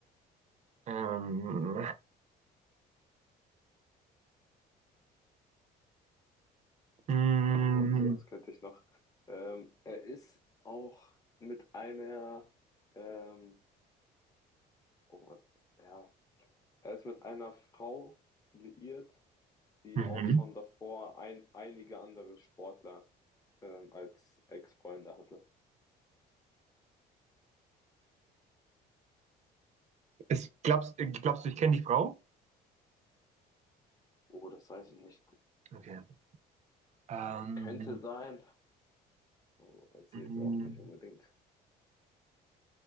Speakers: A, on the right (about 45°); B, on the left (about 20°).
A: Ähm, mm,
B: ansonsten, das könnte ich noch. Ähm, er ist auch mit einer, ähm, oh, ja, er ist mit einer Frau liiert, die
A: mhm.
B: auch schon davor ein, einige andere Sportler ähm, als Ex-Freunde hatte.
A: Ist, glaubst, äh, glaubst du, ich kenne die Frau?
B: Oh, das weiß ich nicht.
A: Okay. Ähm,
B: Könnte sein. Aber weiß ich
A: mm,
B: jetzt auch nicht unbedingt.